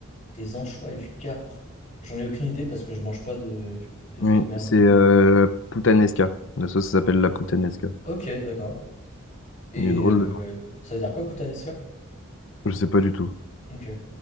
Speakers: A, on the left; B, on the left.
A: des anchois et du capre. J'en ai aucune idée parce que je mange pas de, de
B: Oui,
A: fruits de mer,
B: c'est
A: donc.
B: euh,
A: euh.
B: puttanesca. La sauce s'appelle la puttanesca.
A: Ok, d'accord. Et
B: Il est drôle.
A: euh, ça veut dire quoi, puttanesca?
B: Je sais pas du tout.
A: Ok.